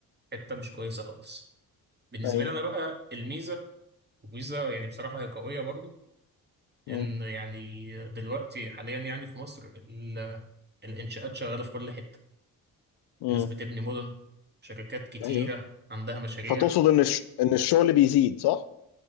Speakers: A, on the right (about 25°); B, on the left (about 85°).
A: حتة مش كويسة خالص بالنسبة
B: ايوه
A: لي أنا بقى الميزة وميزة يعني بصراحة هي قوية برضو
B: مم.
A: إن يعني دلوقتي حاليا يعني في مصر ال- الإنشاءات شغالة في كل حتة
B: مم.
A: الناس بتبني مدن شركات كتيرة
B: ايوه
A: عندها مشاريع
B: فتقصد ان الش... ان الشغل بيزيد صح؟